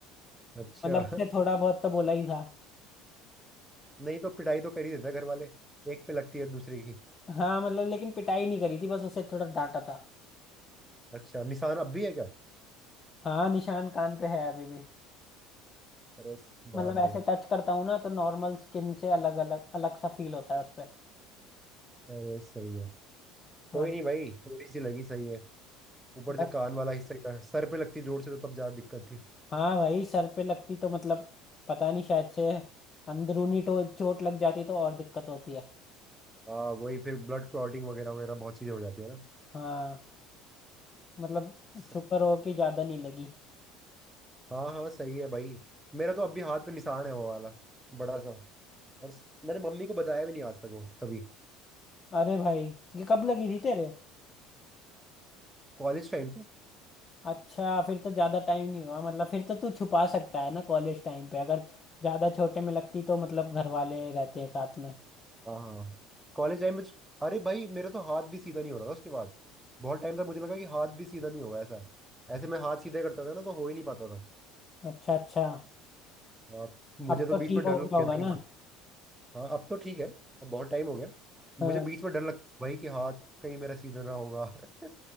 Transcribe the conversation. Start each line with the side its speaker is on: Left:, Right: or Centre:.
Centre: अच्छा
Left: मतलब उसने थोड़ा बहुत तो बोला ही था
Centre: <laughs> नहीं तो पिटाई तो कर ही देता है घर वाले एक पे लगती है दूसरे की
Left: हाँ मतलब लेकिन पिटाई नहीं करी थी बस उसे थोड़ा डांटा था
Centre: अच्छा निशान अब भी है क्या
Left: हाँ निशान कान पे है अभी भी
Centre: अरे स-
Left: मतलब
Centre: बाप
Left: ऐसे
Centre: रे
Left: टच करता हूँ ना तो नॉर्मल स्किन से अलग अलग अलग सा फील होता है उस पे
Centre: अरे सही है कोई
Left: हाँ
Centre: नहीं भाई थोड़ी सी लगी सही है ऊपर
Left: बस
Centre: से कान वाला हिस्सा ही था सर पे लगती जोर से तो तब ज्यादा दिक्कत थी
Left: हाँ भाई सर पे लगती तो मतलब पता नहीं शायद से अंदरूनी तो चोट लग जाती तो और दिक्कत होती है
Centre: हाँ वही फिर ब्लड क्लॉटिंग वगैरह वगैरह बहुत चीजें हो जाती है ना
Left: हाँ मतलब
Centre: स-
Left: शुक्र हो कि ज्यादा नहीं लगी
Centre: हाँ हाँ सही है भाई मेरा तो अभी हाथ पे निशान है वो वाला बड़ा सा और स- मैंने मम्मी को बताया भी नहीं आज तक वो कभी
Left: अरे भाई ये कब लगी थी तेरे
Centre: कॉलेज टाइम पे
Left: अच्छा फिर तो ज्यादा टाइम नहीं हुआ मतलब फिर तो तू छुपा सकता है ना कॉलेज टाइम पे अगर ज्यादा छोटे में लगती तो मतलब घर वाले रहते हैं साथ में
Centre: हाँ हाँ कॉलेज टाइम में अरे भाई मेरा तो हाथ भी सीधा नहीं हो रहा था उसके बाद बहुत टाइम तक मुझे लगा कि हाथ भी सीधा नहीं होगा ऐसा ऐसे मैं हाथ सीधे करता था ना तो हो ही नहीं पाता था
Left: अच्छा अच्छा
Centre: हाँ, मुझे
Left: अब
Centre: तो
Left: तो
Centre: बीच
Left: ठीक
Centre: में डर
Left: हो
Centre: लग
Left: गया होगा
Centre: गया था कि
Left: ना
Centre: हाँ अब तो ठीक है अब बहुत टाइम हो गया
Left: हाँ
Centre: मुझे बीच में डर लगता था भाई कि हाथ कहीं मेरा सीधा ना होगा <laughs>